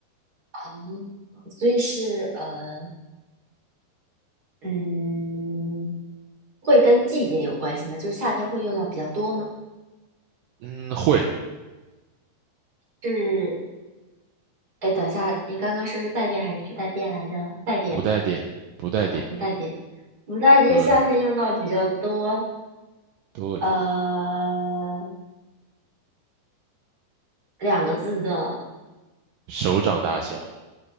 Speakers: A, on the right; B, on the right.
A: 嗯，所以是呃，嗯，会跟季节有关系吗？就是夏天会用到比较多吗？
B: 嗯，会，
A: 是。哎，等一下，你刚刚说是带电还是不带电来着？带电
B: 不带点，不带点，
A: 啊，不带电，不带电，
B: 对
A: 夏天用到比较多。
B: 对，
A: 呃，两个字的，
B: 手掌大小，